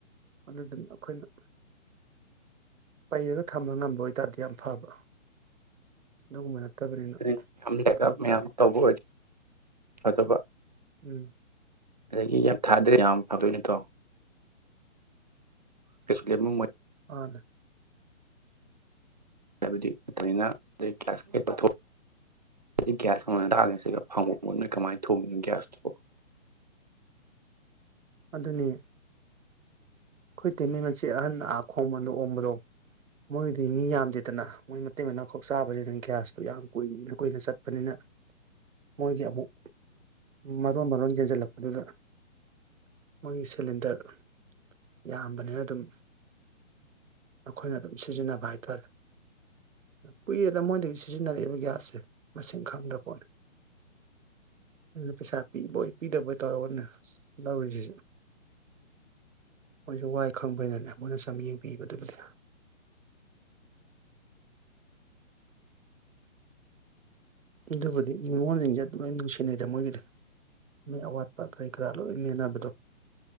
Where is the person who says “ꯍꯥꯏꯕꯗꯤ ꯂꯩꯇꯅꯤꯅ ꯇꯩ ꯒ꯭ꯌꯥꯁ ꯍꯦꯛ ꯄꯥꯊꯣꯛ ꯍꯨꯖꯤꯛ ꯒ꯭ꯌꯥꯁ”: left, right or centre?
Right